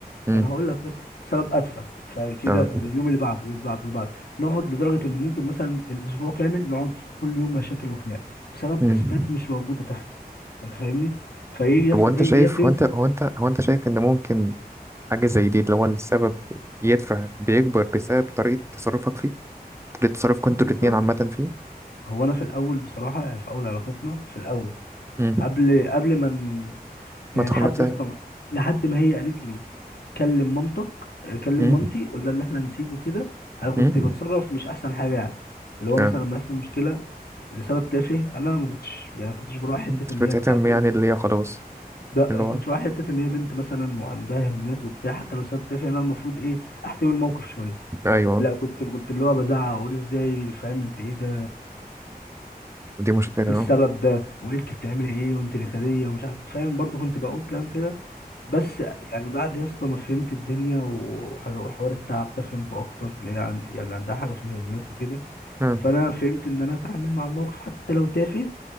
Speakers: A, on the right (about 15°); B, on the left (about 75°).
A: امم
B: ما انا هقول لك بس سبب ادفع فكده
A: اه
B: اليوم اللي بعده واللي بعده واللي بعده نقعد لدرجه ان ممكن مثلا الاسبوع كامل نقعد كل يوم مشاكل وخناق بسبب
A: امم
B: اسباب مش موجوده تافهه انت فاهمني فيجي يحصل
A: طب هو انت
B: ايه
A: شايف
B: هي بتنسى
A: هو انت هو انت هو انت شايف ان ممكن حاجة زي دي اللي هو السبب يدفع بيكبر بسبب طريقة تصرفك فيه طريقة تصرفك
B: بص
A: انتوا
B: يا
A: الاتنين
B: اسطى،
A: عامة فيه
B: هو انا في الاول بصراحه يعني في اول علاقتنا في الاول
A: امم
B: قبل قبل ما ن-
A: ما
B: يعني
A: تخ-
B: لحد
A: ما ت-
B: يا اسطى لحد ما هي قالت لي كلم مامتك كلم
A: امم
B: مامتي قول لها ان احنا هنسيبه كده انا كنت
A: امم
B: بتصرف مش احسن حاجه يعني اللي هو مثلا
A: اه
B: لما يحصل مشكله لسبب تافه انا ما كنتش يعني ما كنتش براعي حته
A: مش
B: ان
A: بتهتم
B: هي مثلا
A: يعني
B: بنت
A: اللي هي خلاص
B: ده
A: اللي
B: ما
A: هو
B: كنتش براعي حته ان هي بنت مثلا وعندها هرمونات وبتاع حتى لو سبب تافه انا المفروض ايه احتوي الموقف شويه
A: ايوه
B: لا كنت كنت اللي هو بزعق واقول ازاي فاهم انت ايه ده
A: دي مشكلة
B: ايه
A: اه
B: السبب ده وانت بتعملي ايه وانت نكديه ومش عارف فاهم برضو كنت بقول كلام كده بس يعني بعد يا اسطى ما فهمت الدنيا وح- وحوار التعب ده فهمته اكتر اللي هي عن- يعني عندها حاجه في الهرمونات وكده
A: امم
B: فانا فهمت ان انا اتعامل مع الموقف حتى لو تافه